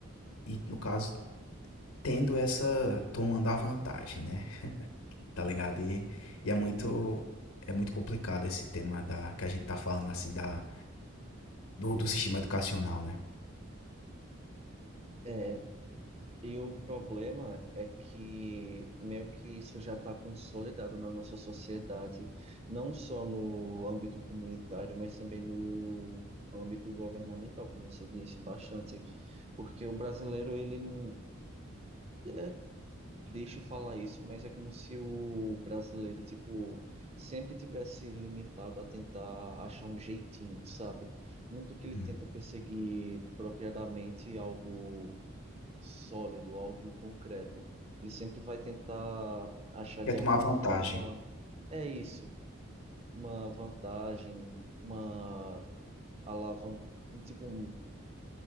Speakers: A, on the left (about 85°); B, on the right (about 30°).
A: E no caso tendo essa, tomando a vantagem, né? Tá ligado? E, e é muito é muito complicado esse tema da que a gente tá falando assim da do, do sistema educacional, né?
B: É, e o problema é que meio que isso já está consolidado na nossa sociedade, não só no âmbito comunitário, mas também no âmbito governamental, como você disse, bastante. Porque o brasileiro, ele não. É, deixa eu falar isso, mas é como se o brasileiro, tipo, sempre tivesse limitado a tentar achar um jeitinho, sabe? Nunca que ele
A: Hum.
B: tenta perseguir propriamente algo sólido, algo concreto. Ele sempre vai tentar achar
A: Quer
B: de
A: tomar
B: alguma
A: vantagem.
B: forma, é isso, uma vantagem, uma alavanca, tipo, um-